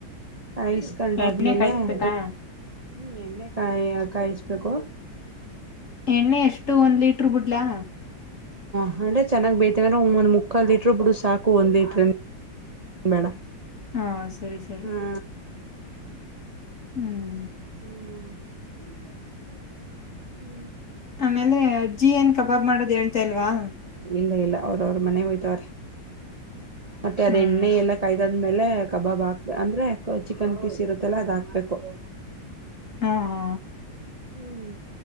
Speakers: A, on the right; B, on the left.
A: ಹ ಇಸ್ಕಂಡ
B: ಎಣ್ಣೆ
A: ಆದ್ಮೇಲೆ
B: ಕಾಯಿಸ್ಬೇಕಾ
A: ಹ್ಮ್ ಎಣ್ಣೆ ಕಾಯಿ ಕಾಯಿಸಬೇಕು
B: ಎಣ್ಣೆ ಎಷ್ಟು ಒಂದ್ ಲೀಟರ್ ಬಿಡ್ಲಾ
A: ಹ ಅಂದ್ರೆ ಚೆನ್ನಾಗ್ ಬೈತವೆ್ರ ಒ ಒಂದ್ ಮುಕ್ಕಾ ಲೀಟ್ರ ಬಿಡು ಸಾಕು ಒಂದ್ ಲೀಟ್ರ ಬೇಡ
B: ಹಾ ಸರಿ ಸರಿ
A: ಹ್ಮ್
B: ಹ್ಮ್
A: ಹ್ಮ್ ಹ್ಮ್ ಹ್ಮ್ಮ
B: ಆಮೇಲೆ ಅಜ್ಜಿ ಏನ್ ಕಬಾಬ್ ಮಾಡೋದು ಹೇಳ್ತಾ ಇಲ್ವಾ
A: ಇಲ್ಲ ಇಲ್ಲ ಅವ್ರ ಅವ್ರ ಮನೆ ಹೋಯ್ತವ್ರ ಮತ್ತೆ ಅದ
B: ಹ್ಮ್
A: ಎಣ್ಣೆ ಎಲ್ಲ ಕಾಯ್ದ ಆಮೇಲೆ ಕಬಾಬ್ ಹಾಕ್ಬೇಕ ಅಂದ್ರೆ ಚಿಕನ್ ಪೀಸ್ ಇರುತ್ತಲ್ಲ ಅದ್ ಹಾಕ್ಬೇಕು
B: ಹ್ಮ ಹಾ
A: ಹ್ಮ್